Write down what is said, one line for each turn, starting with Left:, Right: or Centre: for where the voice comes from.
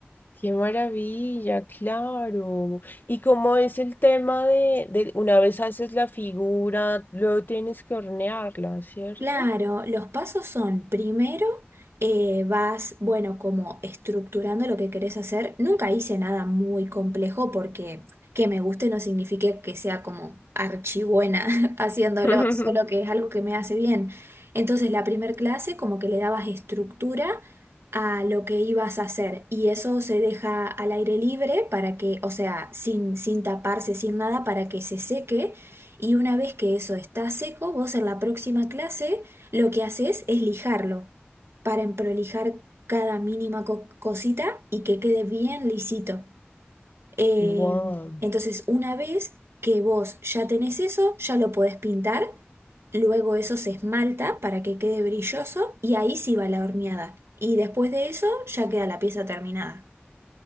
Left: Qué maravilla, claro. ¿Y cómo es el tema de, de una vez haces la figura, luego tienes que hornearla, ¿cierto?
Right: Claro, los pasos son, primero, eh, vas, bueno, como estructurando lo que querés hacer. Nunca hice nada muy complejo porque que me guste no significa que sea como archibuena <laughs> haciéndolo,
Left: <laughs>
Right: solo que es algo que me hace bien. Entonces, la primer clase como que le dabas estructura a lo que ibas a hacer y eso se deja al aire libre para que, o sea, sin, sin taparse, sin nada, para que se seque y una vez que eso está seco, vos en la próxima clase lo que haces es lijarlo para emprolijar cada mínima co- cosita y que quede bien lisito. Eh,
Left: Wow,
Right: entonces, una vez que vos ya tenés eso, ya lo podés pintar, luego eso se esmalta para que quede brilloso y ahí sí va la horneada. Y después de eso ya queda la pieza terminada.